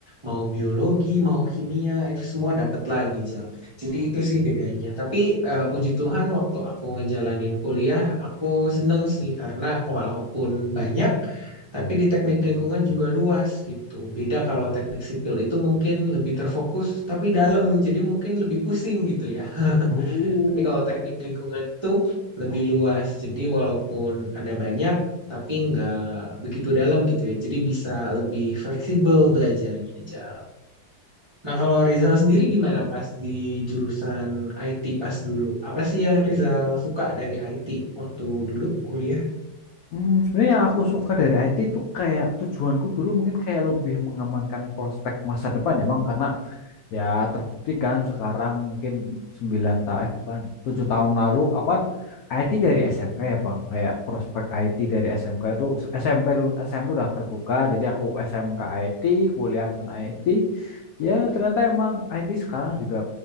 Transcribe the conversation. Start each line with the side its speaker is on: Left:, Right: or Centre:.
Right: mau biologi, mau kimia, itu semua dapat lagi, Cel. Jadi itu sih bedanya. Tapi eh, puji Tuhan waktu aku ngejalanin kuliah, aku seneng sih karena walaupun banyak, tapi di teknik lingkungan juga luas gitu. Beda kalau teknik sipil itu mungkin lebih terfokus tapi dalam, jadi mungkin lebih pusing gitu ya.
Left: Oh.
Right: Tapi kalau teknik lingkungan itu lebih luas, jadi walaupun ada banyak, tapi nggak begitu dalam gitu ya. Jadi bisa lebih fleksibel belajarnya aja. Nah, kalau Rizal sendiri gimana pas di jurusan IT pas dulu? Apa sih yang Rizal suka dari IT waktu dulu kuliah?
Left: Hmm, sebenarnya yang aku suka dari IT itu kayak tujuanku dulu mungkin kayak lebih mengamankan prospek masa depan ya Bang karena ya terbukti kan sekarang mungkin sembilan tahun eh bukan 7 tahun lalu aku kan IT dari SMK ya Bang kayak prospek IT dari SMK itu SMP lulus SMP udah terbuka jadi aku SMK IT kuliah pun IT ya ternyata emang IT sekarang juga